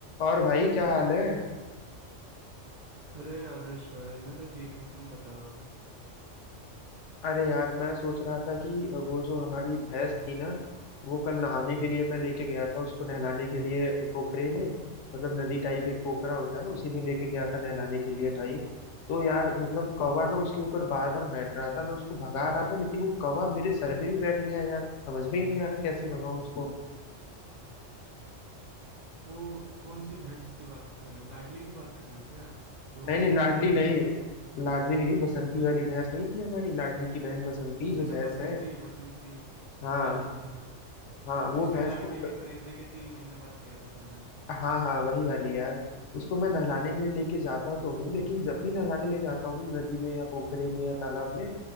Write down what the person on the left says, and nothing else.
और भाई क्या हाल है
अरे यार मैं सोच रहा था कि वो जो हमारी भैंस थी ना वो कल नहाने के लिए मैं लेके गया था उसको नहलाने के लिए पोखरे में मतलब नदी टाइप एक पोखरा होता है ना उसी में लेके गया था नहलाने के लिए भाई तो यार मतलब कौवा ना उसके ऊपर बार बार बैठ रहा था मैं उसको भगा रहा था लेकिन वो कौवा मेरे सर पे भी बैठ गया यार समझ में ही नहीं आ रहा कैसे भगाऊं उसको
नहीं नहीं
लाडली
नहीं
लाडली नहीं बसंती वाली भैंस नहीं थी हमारी लाडली की बहन बसंती जो
भैंस
है
हाँ
हाँ
वो भैंस
को
हाँ हाँ वही वाली यार उसको मैं नहलाने के लिए लेके जाता तो हूँ लेकिन जब भी नहलाने ले जाता हूँ ना नदी में या पोखरे में या तालाब में